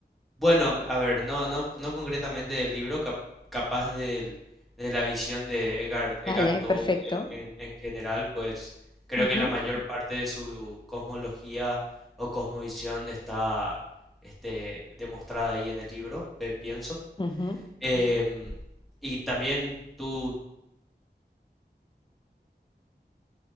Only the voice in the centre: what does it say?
Bueno, a ver, no, no, no concretamente del libro, cap- capaz del- de la visión de Edgar, Edgar
Tolle
en, en- en general, pues creo
que la mayor parte de su cosmología o cosmovisión está este, demostrada ahí en el libro, pe- pienso.
Em, y también tú,